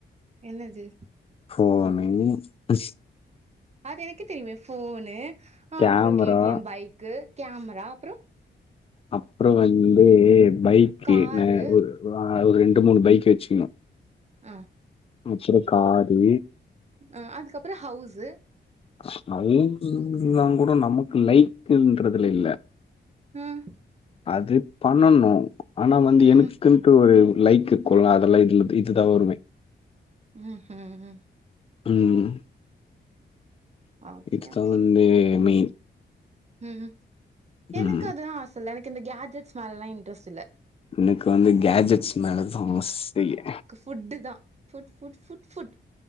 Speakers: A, on the right (about 35°); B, on the left (about 30°).
A: என்னது
B: ஃபோனை ஸ்
A: அது எனக்கேத் தெரியுமே ஃபோனு அப்ற
B: கேமரா
A: கே டி எம் பைக்கு கேமரா அப்றோ
B: அப்றோ வந்து பைக்கு
A: காரு
B: ந ஒரு ஆ ஒரு ரெண்டு மூனு பைக்கு வச்சுகினு
A: ஆ
B: அப்றோ காரு
A: அ அதுக்கப்றோ ஹவுஸு
B: ஸ்பைன்னாங் கூட நமக்கு லைக்குன்றதுல இல்ல
A: ஆ ம்
B: அதுப் பண்ணணு ஆனா வந்து
A: ம்
B: எனக்குன்ட்டு ஒரு லைக்கு குல்ல அதலா இதுலத் இதுதா வருவே
A: ம் ம்
B: ம்
A: ஓகே
B: இதுதா
A: ஓகே
B: வந்தே மெய்ன்
A: ம் எனக்கு
B: ம்.
A: அதெலா ஆச இல்ல எனக்கு இந்த கேட்ஜெட்ஸ் மேலல்லா இன்ட்ரெஸ்ட் இல்ல
B: எனக்கு வந்து கேட்ஜெட்ஸ் மேலதா ஆசையே
A: ஃபுட்டுதா ஃபுட் ஃபுட் ஃபுட் ஃபுட்